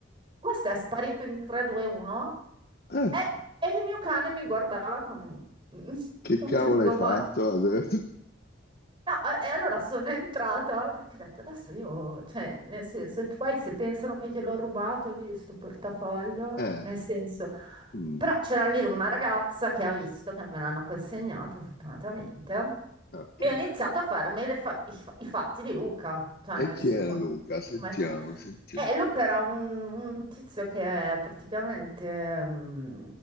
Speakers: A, on the right; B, on the left.
A: Questo è sparito in 3, 2, 1
B: Eh,
A: e, e il mio cane mi guardava con un, <laughs> un
B: Che
A: punto
B: cavolo
A: di domanda.
B: hai fatto adesso?
A: No, e e allora sono entrata perché ho detto adesso io, cioè, nel senso, e poi se pensano che gliel'ho rubato io sto portafoglio,
B: Eh,
A: nel senso,
B: mm,
A: però c'era lì una ragazza che ha visto che me l'hanno consegnato fortunatamente
B: ok.
A: e ho iniziato a farmi le fa- i, fa- i fatti di Luca, cioè,
B: E
A: nel
B: chi
A: senso,
B: era Luca?
A: <laughs>
B: Sentiamo,
A: come fa-
B: sentiamo.
A: eh, Luca era un, un tizio che praticamente mm,